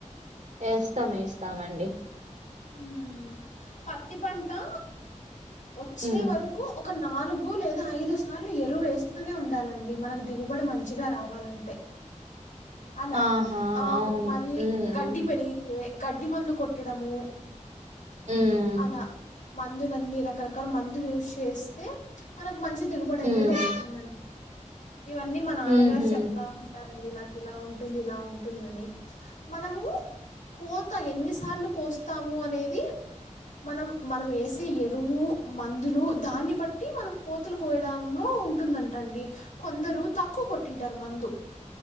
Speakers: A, on the right; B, on the left.
A: యేస్తాం యేస్తామండి
B: హ్మ్ పత్తి పంటా వచ్చే
A: హ్మ్.
B: వరకు ఒక నాలుగు లేదా ఐదు సార్లు ఎరువు వేస్తూనే ఉండాలండి మనకు దిగుబడి మంచిగా రావాలంటే అలా
A: ఆహా!
B: ఆ
A: అవును.
B: మరి
A: హ్మ్.
B: గడ్డి పెరిగితే గడ్డి మందు కొట్టడము
A: హ్మ్.
B: అలా మందులన్నీ రకరకాల మందులు యూజ్ చేస్తే మనం మంచి దిగుబడి
A: హ్మ్.
B: అనేది
A: హ్మ్.
B: వస్తుంది అండి ఇవన్నీ మా నాన్నగారు
A: హుహు.
B: చెప్తా ఉంటారు వండినాం ఇలా ఉంటుంది ఇలా ఉంటుందని మనము కోత ఎన్నిసార్లు కోస్తాము అనేది మనం మనమేసే ఎరువు మందులు దాన్ని బట్టి మనం కోతలు కోయడంలో ఉంటుందంటండి కొందరు తక్కువ కొట్టింటారు మందు